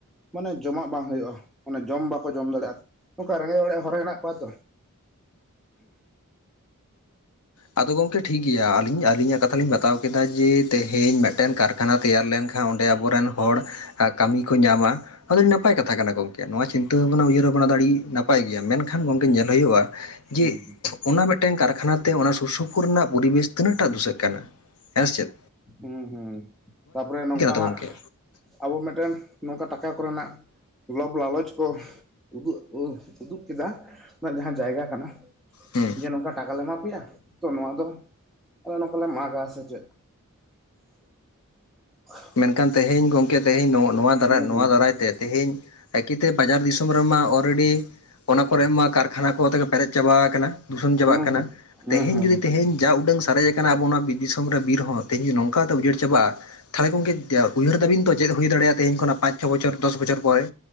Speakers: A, in the centre; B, on the left (about 80°).
A: ᱢᱟᱱᱮ ᱡᱚᱢᱟᱜ ᱵᱟᱝ ᱦᱩᱭᱩᱜᱼᱟ᱾ ᱚᱱᱮ ᱡᱚᱢ ᱵᱟᱠᱚ ᱡᱚᱢ ᱫᱟᱲᱮᱭᱟᱜᱼᱟ ᱱᱚᱝᱠᱟ ᱨᱮᱸᱜᱮᱡ ᱚᱨᱮᱡ ᱦᱚᱨ ᱦᱮᱱᱟᱜ ᱠᱚᱣᱟ ᱛᱚ,
B: ᱟᱫᱚ ᱜᱚᱸᱝᱠᱮ ᱴᱷᱤᱠ ᱜᱮᱭᱟ ᱟᱹᱞᱤᱧ ᱟᱹᱞᱤᱧᱟᱜ ᱠᱟᱛᱷᱟ ᱞᱤᱧ ᱵᱟᱛᱟᱣ ᱠᱮᱫᱟ ᱡᱮ ᱛᱮᱦᱮᱧ ᱢᱤᱫᱴᱮᱱ ᱠᱟᱨ ᱠᱷᱟᱱᱟ ᱛᱮᱭᱟᱨ ᱞᱮᱱᱠᱷᱟᱱ ᱚᱸᱰᱮ ᱟᱵᱚᱨᱮᱱ ᱦᱚᱲ ᱠᱟᱹᱢᱤ ᱠᱚ ᱧᱟᱢᱟ᱾ ᱟᱫᱚ ᱟᱹᱰᱤ ᱱᱟᱯᱟᱭ ᱠᱟᱛᱷᱟ ᱠᱟᱱᱟ ᱜᱚᱝᱠᱮ ᱱᱚᱣᱟ ᱪᱤᱱᱛᱟᱹ ᱵᱷᱟᱵᱱᱟ ᱩᱭᱦᱟᱹᱨ ᱵᱷᱟᱵᱽᱱᱟ ᱫᱚ ᱟᱹᱰᱤ ᱱᱟᱯᱟᱭ ᱜᱮᱭᱟ ᱢᱮᱱᱠᱷᱟᱱ ᱜᱚᱝᱠᱮ ᱧᱮᱞ ᱦᱳᱭᱳᱜᱼᱟ
A: ᱦᱩᱸ
B: ᱡᱮ ᱚᱱᱟ ᱢᱤᱫᱴᱮᱱ ᱠᱟᱨᱠᱷᱟᱱᱟ ᱛᱮ ᱚᱱᱟ ᱥᱩᱨ ᱥᱩᱯᱩᱨ ᱨᱮᱱᱟᱜ ᱯᱚᱨᱤᱵᱮᱥ ᱛᱤᱱᱟᱹᱜ ᱴᱟ ᱫᱩᱥᱟᱹᱜ ᱠᱟᱱᱟ ᱦᱮᱸ ᱥᱮᱪᱮᱫ,
A: ᱦᱩᱸ ᱦᱩᱸ ᱛᱟᱯᱚᱨᱮ ᱱᱚᱝᱠᱟ
B: ᱛᱚ
A: ᱦᱟᱸᱜ
B: ᱜᱚᱢᱠᱮ
A: ᱟᱵᱚ ᱢᱮᱫᱴᱮᱱ ᱱᱚᱝᱠᱟ ᱴᱟᱠᱟ ᱠᱚᱨᱮᱱᱟᱜ ᱞᱟᱵ ᱞᱟᱞᱚᱪ ᱠᱚ ᱩᱫᱩᱜ ᱩᱫᱩᱜ ᱠᱮᱫᱟ ᱣᱟᱜ ᱡᱟᱦᱟᱸ ᱡᱟᱭᱜᱟ ᱠᱟᱱᱟ
B: ᱦᱩᱸ
A: ᱡᱮ ᱱᱚᱝᱠᱟ ᱴᱟᱠᱟ ᱞᱮ ᱮᱢᱟ ᱯᱮᱭᱟ, ᱛᱚ ᱱᱚᱣᱟ ᱫᱚ ᱟᱞᱮ ᱱᱚᱝᱠᱟᱞᱮ ᱢᱟᱜᱟ ᱥᱮ ᱪᱮᱫ <unintelligible>
B: ᱢᱮᱱᱠᱷᱟᱱ ᱛᱮᱦᱮᱧ ᱜᱚᱝᱠᱮ ᱛᱮᱦᱮᱧ ᱱᱚᱣᱟ ᱱᱚᱣᱟ ᱫᱟᱨᱟᱭ
A: ᱦᱩᱸ
B: ᱱᱚᱣᱟ
A: ᱦᱩᱸ
B: ᱫᱟᱨᱟᱭ ᱛᱮ ᱛᱮᱦᱮᱧ ᱮᱠᱤᱭᱛᱮ ᱵᱟᱡᱟᱨ ᱫᱤᱥᱚᱢ ᱨᱮᱢᱟ ᱚᱨᱨᱮᱰᱤ ᱚᱱᱟ ᱠᱚᱨᱮ ᱢᱟ ᱠᱟᱨᱠᱷᱟᱱᱟ ᱠᱚᱛᱮ ᱜᱮ ᱯᱮᱨᱮᱡ ᱪᱟᱵᱟ ᱠᱟᱱᱟ᱾ ᱫᱩᱥᱚᱱ ᱪᱟᱵᱟᱜ
A: ᱦᱩᱸ
B: ᱠᱟᱱᱟ
A: ᱦᱩᱸ ᱦᱩᱸ
B: ᱛᱮᱦᱮᱧ ᱡᱩᱫᱤ
A: ᱦᱩᱸ
B: ᱛᱮᱦᱮᱧ ᱡᱟ ᱩᱰᱟᱹᱝ ᱥᱟᱨᱮᱡ ᱠᱟᱱᱟ ᱟᱵᱚ ᱚᱱᱟ ᱵᱤᱨ ᱫᱤᱥᱚᱢ ᱨᱮ ᱵᱤᱨ ᱦᱚᱸ ᱛᱮᱦᱤᱧ ᱱᱚᱝᱠᱟ ᱟᱫᱚ ᱩᱡᱟᱹᱲ ᱪᱟᱵᱟᱜᱼᱟ ᱛᱟᱦᱚᱞᱮ ᱜᱚᱝᱠᱮ ᱩᱭᱦᱟᱹᱨ ᱫᱟᱵᱤᱱ ᱛᱚ ᱪᱮᱫ ᱦᱩᱭ ᱫᱟᱲᱮᱭᱟᱜ-ᱟ ᱛᱮᱦᱮᱧ ᱠᱷᱚᱱᱟᱜ ᱯᱟᱸᱪ ᱪᱷᱚ ᱵᱚᱪᱷᱚᱨ ᱫᱚᱥ ᱵᱚᱪᱷᱚᱨ ᱯᱚᱨᱮ?